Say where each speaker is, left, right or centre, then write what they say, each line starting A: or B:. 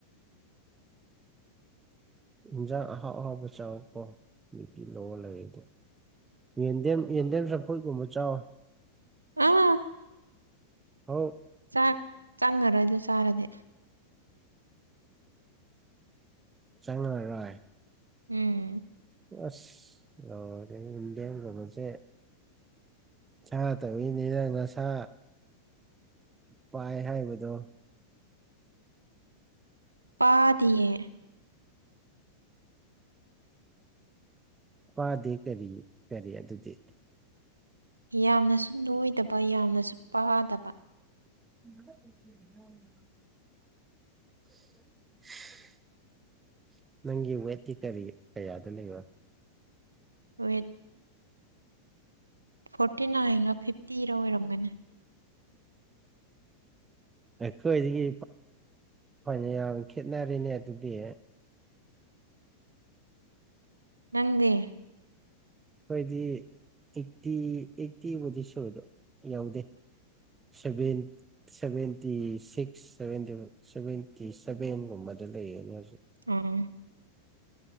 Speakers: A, on the right; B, on the right.
A: ꯏꯟꯁꯥꯡ ꯑꯍꯥꯎ ꯑꯍꯥꯎꯕ ꯆꯪꯉꯛꯄꯣ ꯅꯨꯄꯤ ꯂꯔ ꯑꯗꯣ ꯌꯦꯟ ꯌꯦꯟ ꯌꯦꯟꯗꯦꯝ ꯆꯝꯐꯨꯠꯀꯨꯝꯕ ꯆꯥꯎꯋꯤ
B: ꯑꯥ
A: ꯍ
B: ꯆꯥꯛ ꯆꯪꯉꯔꯣꯏꯗꯣ ꯆꯥꯔꯗꯤ
A: ꯆꯪꯉꯔꯣꯢ
B: ꯎꯝ
A: ꯑꯁ ꯏꯟꯗꯤꯌꯥ ꯀꯁꯦ ꯁꯥ ꯇꯧꯅꯤ ꯅꯪ ꯅꯁꯥ ꯄꯥꯏ ꯍꯥꯏꯕꯗꯣ
B: ꯄꯥꯗꯦꯌꯦ
A: ꯄꯥꯗꯦ ꯀꯔꯤ ꯀꯔꯤ ꯑꯗꯨꯗꯤ
B: ꯌꯥꯝꯅꯁꯨ ꯅꯣꯏꯗꯕ ꯌꯥꯝꯅꯁꯨ ꯄꯥꯗꯕ
A: <unintelligible> ꯅꯪꯒꯤ ꯋꯦꯠꯀꯤ ꯀꯔꯤ ꯀꯌꯥꯗ ꯂꯩꯕ
B: ꯋꯦꯠ ꯐꯣꯔꯇꯤ ꯅꯥꯌꯦꯅ ꯐꯤꯐꯇꯤꯔ ꯑꯣꯏꯔꯝꯒꯅꯤ
A: ꯑꯩꯀꯣꯏꯗꯒꯤ ꯐꯅ ꯌꯥꯝ ꯈꯦꯠꯅꯔꯤꯅꯦ ꯑꯗꯨꯗꯤ
B: ꯅꯪꯗꯤ
A: ꯑꯩꯈꫭꯏꯗꯤ ꯑꯦꯛꯇꯤ ꯑꯦꯛꯇꯤ ꯕꯨꯗꯤ ꯁꯣꯗꯣ ꯌꯥꯎꯗꯦ ꯁꯕꯦꯟ ꯁꯚꯦꯟꯇꯤ ꯁꯤꯛꯁ ꯁꯚꯦꯟꯇꯤ ꯁꯚꯦꯟꯒꯨꯝꯕꯗ ꯂꯩꯌꯦꯅꯦ ꯃꯁꯨ
B: ꯑꯥ